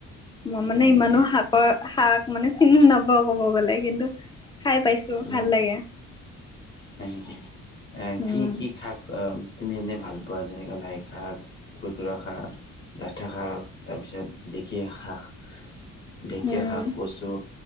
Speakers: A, on the left; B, on the left.
A: মই মানে
B: হয়
A: ইমানো
B: নেকি
A: শাক ক শাক মানে চিনি নাপাও কব গ'লে কিন্তু খাই পাইছো
B: উম,
A: ভাল লাগে।
B: হয় নেকি এ
A: উম
B: কি কি শাক অ তুমি এনেই ভাল পোৱা যেনেকৈ লাই শাক, খুতুৰা শাক, ডাঠা শাক তাৰপিছত ঢেকীয়া শাক ঢেকীয়া
A: উম
B: শাক, কচু